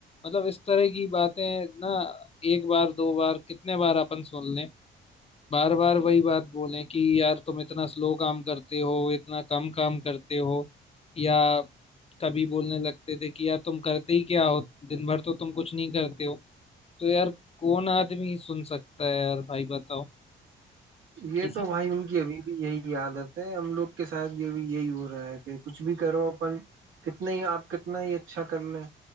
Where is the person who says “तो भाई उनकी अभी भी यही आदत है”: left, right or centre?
Right